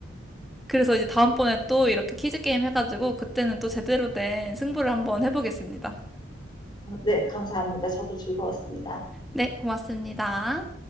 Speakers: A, in the centre; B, on the left.
A: 그래서 이제 다음번에 또 이렇게 퀴즈 게임 해가지고 그때는 또 제대로 된 승부를 한번 해보겠습니다.
B: 어, 네, 감사합니다. 저도 즐거웠습니다.
A: 네, 고맙습니다.